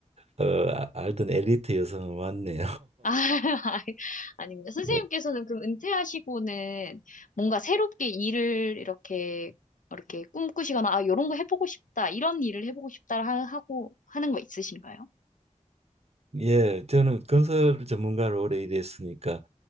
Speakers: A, on the right (about 55°); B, on the left (about 80°).
A: 어, 아- 알던 엘리트 여성은 맞네요.
B: 아, <laughs> 아닙니다 선생님께서는
A: <laughs>
B: 그럼 은퇴하시고는 뭔가 새롭게 일을 이렇게, 이렇게 꿈꾸시거나, 아, 요런 거 해보고 싶다, 이런 일을 해보고 싶다 하- 하고 하는 거 있으신가요?
A: 예, 저는 건설 전문가로 오래 일했으니까